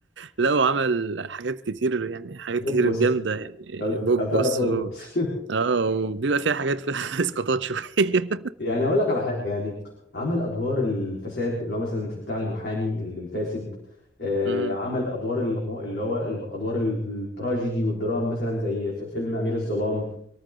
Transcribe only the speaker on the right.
لا وعمل حاجات كتير يعني حاجات
كتير جامده يعني
بوبوس
و... اه وبيبقى فيها حاجات فيها <laughs> اسقاطات شويه
امم